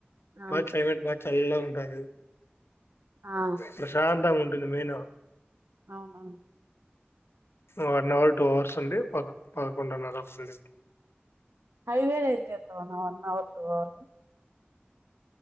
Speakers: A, on the right; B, on the left.
A: అవు
B: బగ్ క్లైమేట్ బాగా, చల్లాగా ఉంటాది.
A: ఆ
B: ప్రశాంతంగా ఉంటుంది మేనా.
A: అవునవును
B: వన్ అవర్, టూ అవర్స్ ఉండి, ప పదకొండున్నర అప్పడ్ దింట.
A: హైవేల ఏం చెత్తవ్ అన్న one hour, two hour.